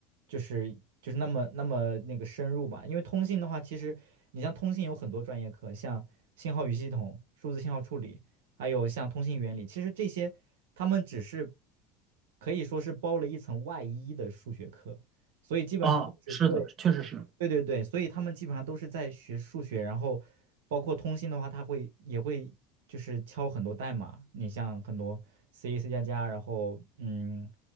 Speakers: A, on the right (about 85°); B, on the right (about 40°).
A: 就是就是那么那么那个深入吧。因为通信的话，其实你像通信有很多专业课，像信号与系统、数字信号处理，还有像通信原理，其实这些他们只是可以说是包了一层外衣的数学课，所以基本上是对。
B: 啊，是的，确实是，
A: 对对对，所以他们基本上都是在学数学，然后包括通信的话，他会也会就是敲很多代码。你像很多 C、C 加加，然后嗯，